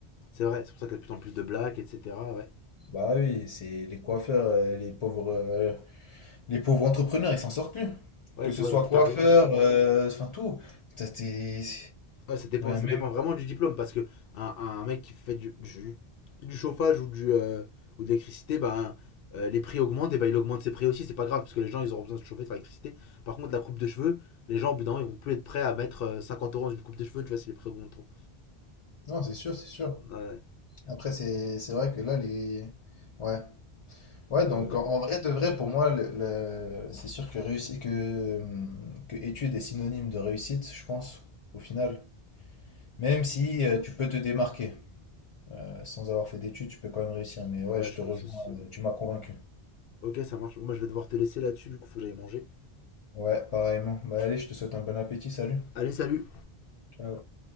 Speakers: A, on the left; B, on the left.
A: C'est vrai, c'est pour ça qu'il y a de plus en plus de blagues, etc. Ouais.
B: Bah oui, c'est les coiffeurs, euh, les pauvres, euh, les pauvres entrepreneurs, ils s'en sortent plus.
A: Ouais,
B: Que ce
A: tu vois,
B: soit
A: donc
B: coiffeur,
A: t'as raison.
B: euh, enfin tout. Ça, c'est-
A: Ouais, ça dépend,
B: ouais,
A: ça
B: même.
A: dépend vraiment du diplôme parce que un, un mec qui fait du, du, du chauffage ou, du, euh, ou de l'électricité, bah, euh, les prix augmentent et bah, il augmente ses prix aussi. C'est pas grave parce que les gens ils auront besoin de se chauffer, de faire l'électricité. Par contre, la coupe de cheveux, les gens au bout d'un moment ils vont plus être prêts à mettre euh, 50 euros dans une coupe de cheveux, tu vois, si les prix augmentent trop.
B: Non, c'est sûr, c'est sûr.
A: Ouais,
B: Après, c'est c'est vrai que là, les. Ouais. Ouais,
A: ouais,
B: donc en, en vrai de vrai, pour moi, le- le- c'est sûr que réussite, que, hum, que étude est synonyme de réussite, je pense, au final. Même si euh, tu peux te démarquer. Euh, Sans avoir fait d'études, tu peux quand même réussir. Mais
A: ouais,
B: ouais, je
A: je
B: te
A: pense
B: rejoins,
A: aussi. ouais.
B: euh, tu m'as convaincu.
A: Ok, ça marche. Bon, Moi je vais devoir te laisser là-dessus, du coup, faut que j'aille manger.
B: Ouais, pareillement. Bah allez, je te souhaite un bon appétit, salut.
A: Allez, salut!
B: Ciao.